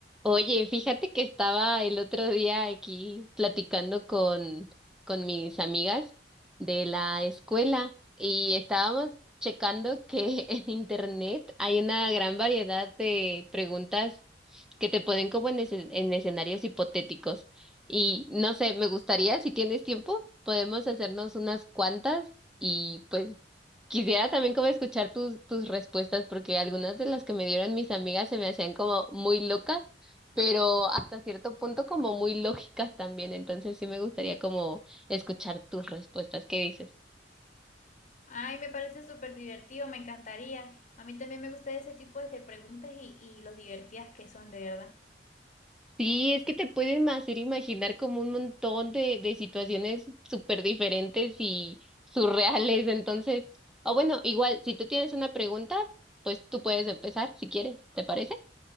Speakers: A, in the centre; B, on the left.
A: Oye, fíjate que estaba el otro día aquí platicando con, con mis amigas de la escuela y estábamos checando que <laughs> en internet hay una gran variedad de preguntas que te ponen como en, escen- en escenarios hipotéticos. Y no sé, me gustaría, si tienes tiempo, podemos hacernos unas cuantas y pues quisiera también como escuchar tus, tus respuestas porque algunas de las que me dieron mis amigas se me hacían como muy locas pero hasta cierto punto como muy lógicas también, entonces sí me gustaría como escuchar tus respuestas, ¿qué dices?
B: Ay, me parece súper divertido, me encantaría. A mí también me gusta ese tipo de preguntas y, y los divertidas que son, de verdad.
A: Sí, es que te pueden hacer imaginar como un montón de, de situaciones súper diferentes y surreales, entonces, o bueno, igual, si tú tienes una pregunta, pues tú puedes empezar si quieres, ¿te parece?